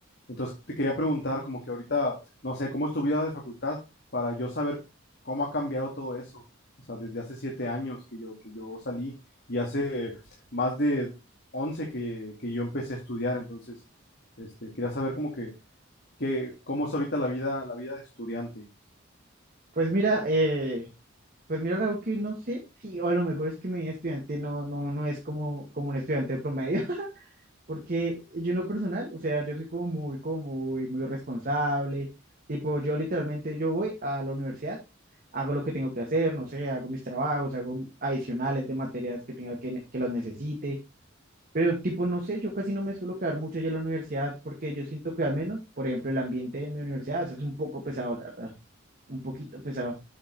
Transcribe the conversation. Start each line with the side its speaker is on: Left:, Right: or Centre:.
Left: Entonces te quería preguntar como que ahorita, no sé, ¿cómo es tu vida de facultad para yo saber cómo ha cambiado todo eso? O sea, desde hace siete años que yo, que yo salí y hace más de once que, que yo empecé a estudiar. Entonces, este, quería saber como que, que cómo es ahorita la vida, la vida de estudiante.
Right: Pues mira, eh, pues mira Raúl, que no sé si, o a lo mejor es que mi estudiante no, no, no es como, como un estudiante promedio, <laughs> porque yo en lo personal, o sea, yo soy como muy, como muy, muy responsable. Tipo, yo literalmente, yo voy a la universidad, hago lo que tengo que hacer, no sé, hago mis trabajos, hago adicionales de materias que tenga que, que los necesite Pero tipo, no sé, yo casi no me suelo quedar mucho allá en la universidad porque yo siento que al menos, por ejemplo, el ambiente en mi universidad es un poco pesado, la verdad, un poquito pesado.